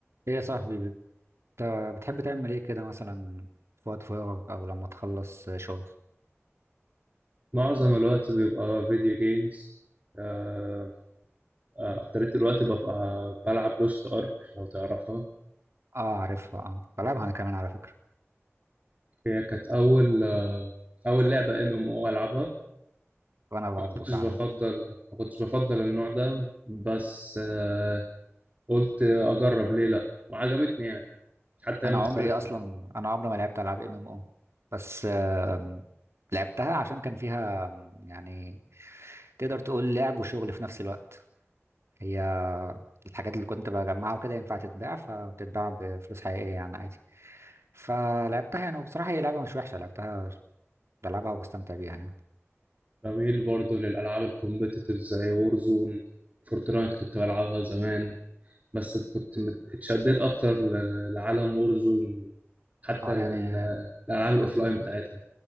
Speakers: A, on the right; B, on the right.
A: ايه يا صاحبي بت- بتحب تعمل ايه كده مثلا في وقت فراغك او لما تخلص شغل
B: معظم الوقت بيبقى فيديو جيمز آه، آه، أكترية الوقت ببقى بلعب لوست أرك لو تعرفها
A: اه عارفها اه بلعبها انا كمان على فكرة
B: هي كانت أول آه، أول لعبة ام ام او ألعبها
A: وانا برضه
B: ما كنتش
A: فعلا
B: بفضل ما كنتش بفضل النوع ده بس آه، قلت أجرب ليه لأ وعجبتني يعني حتى
A: انا
B: هي مختلفة
A: عمري اصلا انا عمري ما لعبت العاب ام ام او بس آم، لعبتها عشان كان فيها آم، يعني تقدر تقول لعب وشغل في نفس الوقت هي الحاجات اللي كنت بجمعها وكده ينفع تتباع فبتتباع بفلوس حقيقية يعني عادي فلعبتها يعني وبصراحة هي لعبة مش وحشة لعبتها بلعبها وبستمتع بيها يعني
B: بميل برضو للألعاب الكومبيتيتيف زي وورزون فورتنايت كنت بلعبها زمان بس كنت مت- اتشددت اكتر ل- لعالم وورزون حتى
A: اه يعني
B: لل- للالعاب الاوفلاين بتاعتها